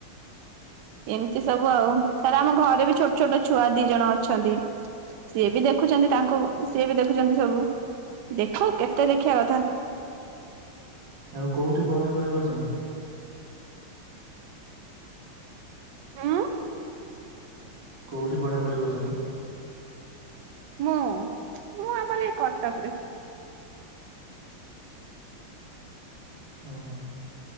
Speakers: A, on the right; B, on the right.
A: ଏମିତି ସବୁ ଆଉ ତାପରେ ଆମ ଘରେ ବି ଛୋଟ ଛୋଟ ଛୁଆ ଦି ଜଣ ଅଛନ୍ତି। ସିଏ ବି ଦେଖୁଚନ୍ତି ତାଙ୍କୁ ସିଏ ବି ଦେଖୁଚନ୍ତି ସବୁ ଦେଖ କେତେ ଦେଖିବା କଥା।
B: ଆଉ କୋଉଠି ପଢାପଢି କରୁଚନ୍?
A: ଉଁ।
B: କୋଉଠି ପଢାପଢି କରୁଚନ୍ତି?
A: ମୁଁ ମୁଁ ଆମର ଏ କଟକରେ।
B: ଓହୋ।